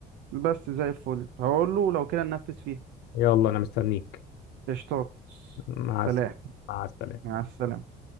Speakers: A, on the right; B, on the left.
A: بس زي الفل هقول له لو كده ننفذ فيه
B: يلا أنا مستنيك
A: قشطات
B: مع السلامة
A: سلام
B: مع السلامة
A: مع السلامة